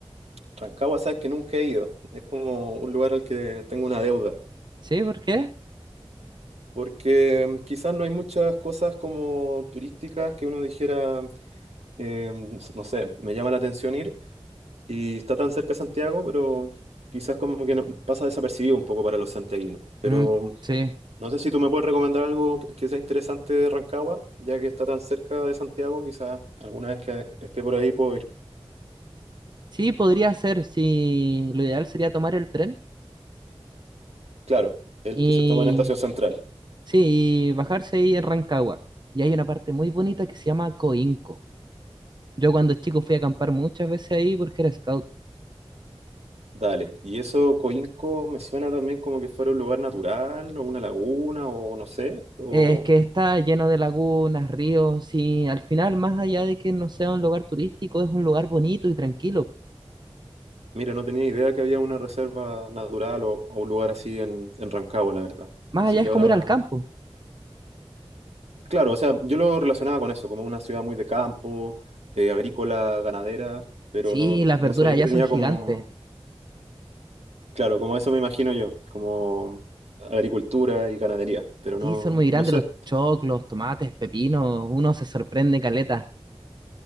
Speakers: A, on the right; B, on the right.
A: Rancagua, sabes que nunca he ido. Es como un lugar al que tengo una deuda.
B: ¿Sí? ¿Por qué?
A: Porque mm, quizás no hay muchas cosas como turísticas que uno dijera, eh, no sé, me llama la atención ir. Y está tan cerca de Santiago, pero quizás como que no- pasa desapercibido un poco para los santiaguinos. Pero
B: Mm,
A: mm,
B: sí.
A: no sé si tú me puedes recomendar algo que que sea interesante de Rancagua, ya que está tan cerca de Santiago, quizás alguna vez que esté por ahí puedo ir.
B: Sí, podría ser. Sí, lo ideal sería tomar el tren
A: Claro, el
B: y
A: que se toma en Estación Central.
B: sí, y bajarse ahí en Rancagua. Y hay una parte muy bonita que se llama Coinco. Yo cuando chico fui a acampar muchas veces ahí porque era scout.
A: Dale, y eso Coinco me suena también como que fuera un lugar natural o una laguna o no sé, o
B: Eh, Es que está lleno de lagunas, ríos y al final, más allá de que no sea un lugar turístico, es un lugar bonito y tranquilo.
A: mira, no tenía idea que había una reserva natural o, o un lugar así en, en Rancagua, la verdad.
B: Más
A: Así
B: allá
A: que
B: es como
A: ahora,
B: ir al campo.
A: claro, o sea, yo lo relacionaba con eso, como una ciudad muy de campo, eh, agrícola, ganadera, pero
B: Sí,
A: no,
B: las
A: no
B: verduras
A: sabía
B: allá
A: que tenía
B: son gigantes.
A: como, claro, como eso me imagino yo, como agricultura y ganadería, pero
B: Sí,
A: no,
B: son muy grandes
A: no sé,
B: los choclos, tomates, pepinos, uno se sorprende caleta.